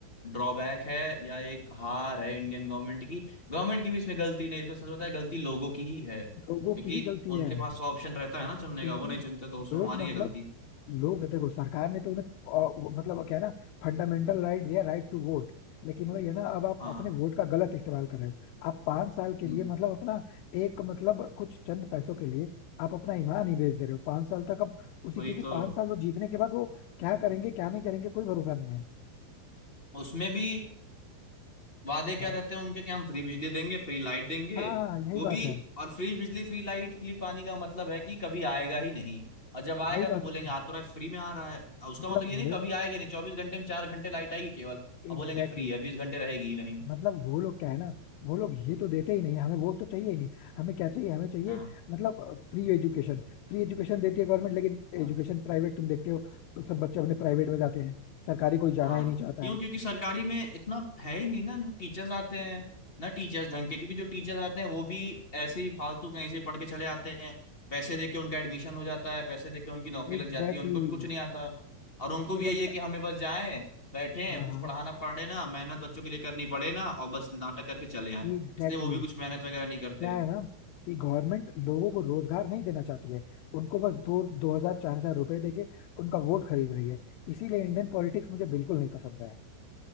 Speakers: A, on the left; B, on the left.
A: ड्रॉबैक है या एक हार है इंडियन गवर्नमेंट की गवर्नमेंट की भी इसमें गलती नहीं इसमें सच बताए गलती लोगों की ही है क्योंकि
B: लोगों की ही गलती है
A: उनके पास ऑप्शन रहता है ना चुनने
B: क्योंकि
A: का वो नहीं चुनते तो उसमें
B: लोग
A: हमारी
B: मतलब
A: है गलती
B: लोग देखो सरकार ने तो उन्हें अ, वो- मतलब वो क्या है ना फंडामेंटल राइट दिया राइट टू वोट लेकिन वही है ना अब आप
A: हाँ
B: अपने वोट का गलत इस्तेमाल कर रहे हो आप पांच साल के
A: हम्म
B: लिए मतलब अपना एक मतलब कुछ चंद पैसों के लिए आप अपना ईमान ही बेच दे रहे हो पांच साल तक आप उसी
A: वही
B: क्योंकि
A: तो
B: पांच साल वो जीतने के बाद वो क्या करेंगे क्या नहीं करेंगे कोई भरोसा नहीं है
A: उसमें भी वादे क्या
B: हाँ
A: रहते हैं उनके कि हम फ्री बिजली देंगे फ्री लाइट देंगे
B: हाँ हाँ, यही
A: वो
B: बात
A: भी
B: है
A: और फ्री बिजली फ्री लाइट फ्री पानी का मतलब है कि कभी आएगा ही नहीं और जब आएगा
B: वही बात
A: तो बोलेंगे
B: है ना
A: आ तो रहा है फ्री में आ रहा है और उसका
B: मतलब
A: मतलब ये नहीं
B: वो
A: कभी आएगा नहीं चौबीस घंटे में चार घंटे लाइट आएगी केवल और
B: एग्जैक्टली
A: बोलेंगे फ्री है बीस घंटे रहेगी ही नहीं
B: मतलब वो लोग क्या है ना वो लोग ये तो देते ही नहीं है, हमें वो तो चाहिए ही नहीं हमें क्या चाहिए हमें चाहिए
A: हाँ
B: मतलब फ्री एजुकेशन फ्री एजुकेशन देती है गवर्नमेंट लेकिन
A: हाँ
B: एजुकेशन प्राइवेट तुम देखते हो तो सब बच्चे अपने प्राइवेट में जाते हैं सरकारी कोई जाना
A: हाँ
B: ही नहीं चाहता
A: क्यों
B: है
A: क्योंकि सरकारी में इतना है ही नहीं ना ना टीचर्स आते हैं ना टीचर्स ढंग के क्योंकि जो टीचर्स आते हैं वो भी ऐसे ही फालतू कहीं से पढ़ के चले आते हैं पैसे दे के उनका एडमिशन हो जाता है पैसे दे के उनकी नौकरी
B: Exactly
A: लग जाती है उनको भी कुछ
B: exactly.
A: नहीं आता और
B: क्योंकि
A: उनको भी
B: अगर
A: यही है
B: मैं
A: कि हमें बस जाएं बैठे
B: हाँ
A: कुछ
B: हाँ
A: पढ़ाना पड़े ना मेहनत बच्चों के लिए करनी पड़े ना और बस नाटक करके चले आए
B: एग्जैक्टली
A: इसलिए वो भी
B: exactly.
A: कुछ मेहनत वगैरह नहीं करते
B: क्या है ना कि गवर्नमेंट लोगों को रोजगार नहीं देना चाहती है उनको बस दो दो हजार चार हजार रुपए देके उनका वोट खरीद रही है इसीलिए इंडियन पॉलिटिक्स मुझे बिल्कुल नहीं पसंद है